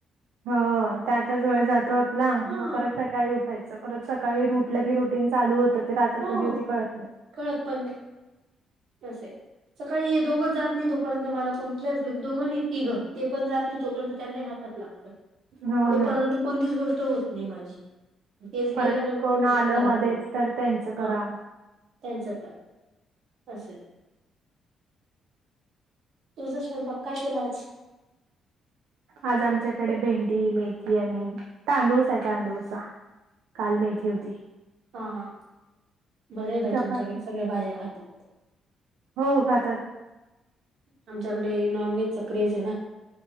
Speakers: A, on the right (about 85°); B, on the right (about 70°).
A: हो त्यातच वेळ जातो आपला
B: हा
A: मग परत सकाळी उठ. उठायचं परत सकाळी उठलं की रुटीन चालू होतं ते रात्र
B: हो
A: कधी होती कळत नाही.
B: कळत पण नाही. अस आहे. सकाळी ये दोघं जात नाही तोपर्यंत मला कोणतल्याच दोघं नाही तिघं ते पण जात नाही तोपर्यंत त्यांना हातात ला.
A: हो
B: तोपर्यंत
A: ना.
B: कोणतीच गोष्ट होत नाही माझी. तेच
A: परत
B: गेल्यानंतर
A: कोण
B: मग
A: आलं
B: घरातले
A: मध्येच तर त्यांचं करा.
B: हा त्यांचं करा. अस आहे. तुझा स्वयंपाक काय केला आज.
A: आज आमच्याकडे भेंडी मेथी आणि तांदूळसा आहे तांदूळसा काल मेथी होती.
B: हा हा बर बाई
A: चपाती
B: तुमच्याकडे सगळ्या भाज्या खातात.
A: हो खातात.
B: आमच्याकडे नॉनव्हेजचा क्रेज आहे ना,